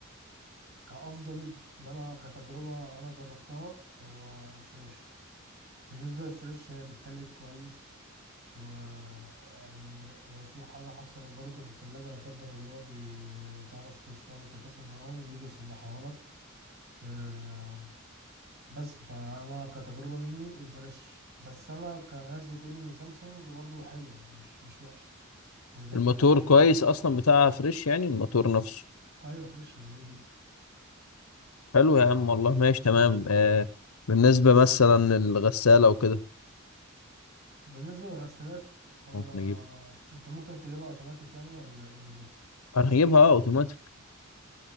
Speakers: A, on the right; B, on the left.
A: كأفضل اللي أنا كتجربة أنا جربتها هو الفريش بالنسبة للفريش هي بتتلج كويس ويعني لو في حاجة حصلت برضه في التلاجة لا قدر الله بتعرف توصل تتصل معاهم ويجوا يصلحوها لك آه، بس فأنا كتجربة مني الفلاش بس أنا كناس بتقول إن سامسونج برضه حلوة مش مش وحشة يعني جميلة
B: الموتور
A: أه.
B: كويس اصلا بتاع فريش يعني الموتور نفسه
A: أيوة فريش جميل جدا
B: حلو يا عم والله ماشي تمام آه بالنسبه مثلا الغساله وكده
A: بالنسبة للغسالات هو
B: ممكن اجيب
A: أنت ممكن تجيبها أوتوماتيك يعني ولا إيه بالظبط؟
B: انا هجيبها آه، اوتوماتيك